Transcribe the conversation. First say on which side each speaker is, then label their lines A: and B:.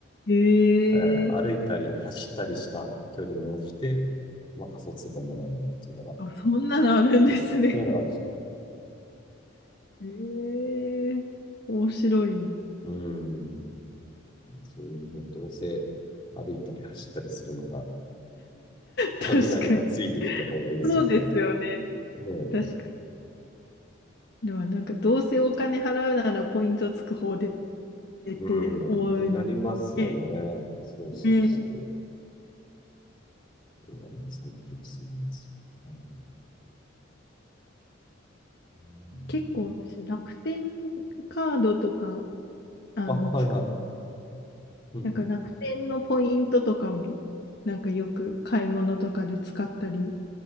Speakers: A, on the left; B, on the left.
A: へえ
B: えー歩いたり走ったりした距離に応じて、まあ、仮想通貨もらえるっていうのがあって。
A: あ、そんなのあるんですね。
B: そうそう、そういうのがあるんですよ。
A: へえ面白いよ。
B: うーん。そういうね、どうせ歩いたり走ったりするなら、そこに何かついてきた方がいいですよね、
A: 確かに。そうですよね。
B: とか。ねえ、
A: 確かに。でもなんかどうせお金払うならポイントつく方でって思うので、
B: うん、ってなりますよね。そうそうそう。
A: ね
B: これはもう最近すみません。あのうん
A: 結構私楽天カードとか、あの、
B: あ、はいはい。
A: 使う、
B: うんうん。
A: なんか楽天のポイントとかも、なんかよく買い物とかで使ったり